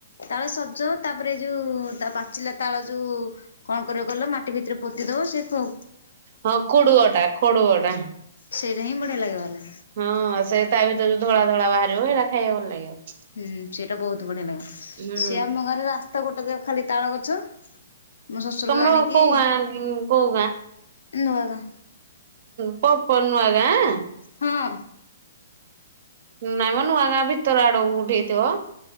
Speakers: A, on the left; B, on the right.
A: ତାଳ ସଜ୍ଜ ତାପରେ ଯୋଉ ତା ପାଚିଲା ତାଳ ଯୋଉ କଣ କରିବ କହିଲ ମାଟି ଭିତରେ ପୋତି ଦଉ ସେ କୋ
B: ହଁ କୋଡୁଅ ଟା ଖୋଡୁଆ ଟା।
A: ସେଇରା ହିଁ ବଢିଆ ଲାଗିବ ହେଲେ।
B: ହଁ ସେ ତା ଭିତରେ ଯୋଉ ଧଳା ଧଳା ବାହାରିବ ହେରା ଖାଇବାକୁ ଭଲ ଲାଗିବ।
A: ହୁଁ ସେଇଟା ବହୁତ ବଢିଆ ଲାଗିବ,
B: ହୁଁ
A: ସେ ଆମ ଗାଁରେ ରାସ୍ତା ଗୋଟେ ଯା ଖାଲି ତାଳ ଗଛ। ମୁଁ ଶ୍ୱଶୁର
B: ତମର
A: ଜାଣିକି,
B: କୋଉ ଗାଁ କୋଉ
A: ନୂଆ ଗାଁ।
B: ପ ପ ନୂଆ ଗାଁ।
A: ହଁ
B: ନାଇଁମ ନୂଆ ଗାଁ ଭିତର ଆଡକୁ କୋଉଠି ହେଇ ଥିବ।